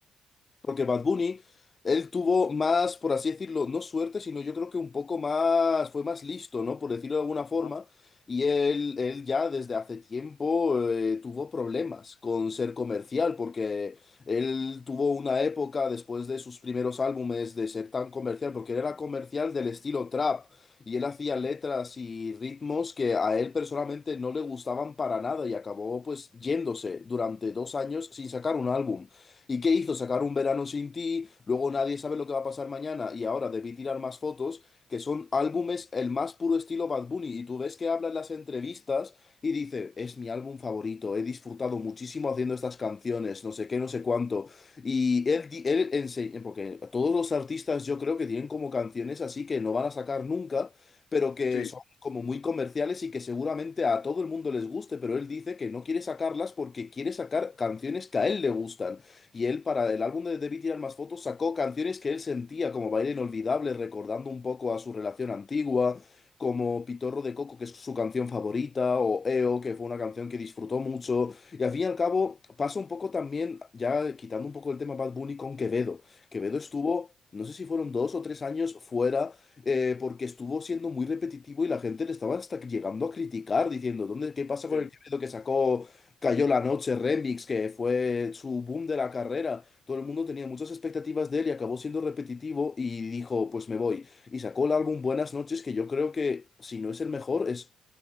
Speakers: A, on the left (about 35°); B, on the left (about 75°).
A: Porque Bad Bunny, él tuvo más, por así decirlo, no suerte, sino yo creo que un poco más, fue más listo, ¿no? Por decirlo de alguna forma.
B: Ah,
A: Y él, él ya desde hace tiempo eh, tuvo problemas con ser comercial, porque él tuvo una época después de sus primeros álbumes de ser tan comercial, porque él era comercial del estilo trap, y él hacía letras y ritmos que a él personalmente no le gustaban para nada, y acabó pues yéndose durante dos años sin sacar un álbum. ¿Y qué hizo? Sacar un verano sin ti, luego nadie sabe lo que va a pasar mañana y ahora debí tirar más fotos, que son álbumes el más puro estilo Bad Bunny. Y tú ves que habla en las entrevistas y dice, es mi álbum favorito, he disfrutado muchísimo haciendo estas canciones, no sé qué, no sé cuánto. Y él, di- él enseña, porque todos los artistas yo creo que tienen como canciones así que no van a sacar nunca pero que
B: Sí,
A: son como muy comerciales y que seguramente a todo el mundo les guste, pero él dice que no quiere sacarlas porque quiere sacar canciones que a él le gustan. Y él, para el álbum de Debí tirar más fotos, sacó canciones que él sentía como Baile Inolvidable, recordando un poco a su relación antigua, como Pitorro de Coco, que es su canción favorita, o EO, que fue una canción que disfrutó mucho. Y al fin y al cabo, pasa un poco también, ya quitando un poco el tema Bad Bunny con Quevedo. Quevedo estuvo. No sé si fueron dos o tres años fuera, eh, porque estuvo siendo muy repetitivo y la gente le estaba hasta llegando a criticar, diciendo, ¿dónde, qué pasa con
B: sí,
A: el Quevedo que sacó Cayó la noche, Remix, que fue su boom de la carrera. Todo el mundo tenía muchas expectativas de él y acabó siendo repetitivo y dijo, pues me voy. Y sacó el álbum Buenas noches, que yo creo que si no es el mejor, es